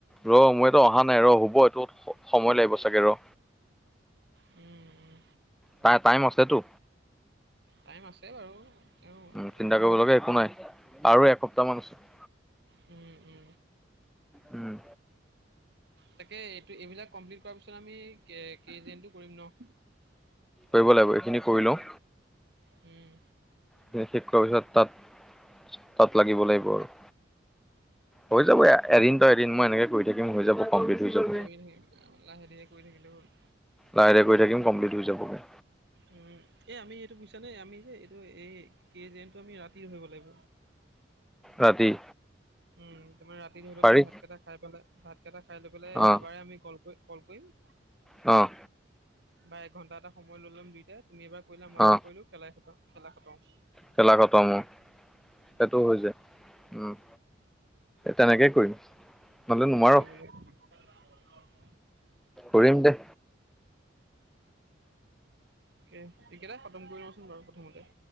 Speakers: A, in the centre; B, on the right.
A: ৰ মইটো অহা নাই ৰ হ'ব এইটো স সময় লাগিব চাগে ৰ
B: উম উম,
A: তাই টাইম আছেতো
B: টাইম আছে বাৰু তেওঁ
A: উম চিন্তা
B: <inaudible>
A: কৰিব লগা একো নাই আৰু এসপ্তাহ মান পিছত।
B: হু হু
A: উম
B: তাকে এইটো এইবিলাক কমপ্লিট কৰাৰ পিছত আমি কে জেনটো কৰিম ন।
A: কৰিব লাগিব এইখিনি কৰি লওঁ।
B: হুম।
A: শেষ কৰা পিছত তাত তাত লাগিব লাগিব আৰু। হৈ যাব এ এদিন তই এদিন মই এনেকে কৰি থাকিম হৈ যাব। কমপ্লিট হৈ যাব
B: ৰঙিলহে লাহে ধীৰে কৰি থাকিলেও হ'ল।
A: লাহে দিহে কৰি থাকিম কমপ্লিট হৈ যাবগে।
B: উমঁ এই আমি এইটো বুইছা নে আমি যে এইটো এই কেই যেনটো আমি ৰাতিয়ে ধৰিব লাগিব।
A: ৰাতি।
B: উমঁ তোমাৰ ৰাতি ধৰিলেও
A: পাৰি
B: তুমি ভাতকেইটা খাই পেলাই ভাতকেইটা খাই লৈ পেলাই
A: অ
B: এবাৰে আমি কল কৰিম। গৈ কল কৰিম।
A: অঁ!
B: বা এঘন্টা এটা সময় লৈ ল'ম দুইটাই তুমি এবাৰ কৰিলা মই
A: অ
B: এবাৰ কৰিলোঁ খেলাই খেলা খটম।
A: খেলা খটম উমঁ সেইটো হৈ যায় উমঁ তেনেকে। হুই মানে নোৱাৰোঁ।
B: <unintelligible>
A: কৰিম দে।
B: এই এইকেইটা খটম কৰিবছোঁন বাৰু প্ৰথমতে।